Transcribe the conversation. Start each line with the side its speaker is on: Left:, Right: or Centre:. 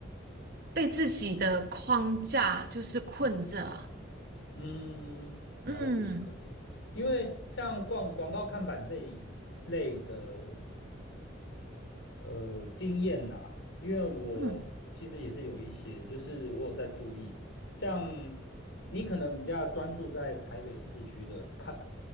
Right: 被自己的框架就是困着啊
Left: 嗯，了解了解，
Right: 嗯
Left: 因为像广广告看板这一类的呃，经验呐、因为我其实也是有一些，
Right: 嗯
Left: 就是我有在注意，像你可能比较专注在台北市区的看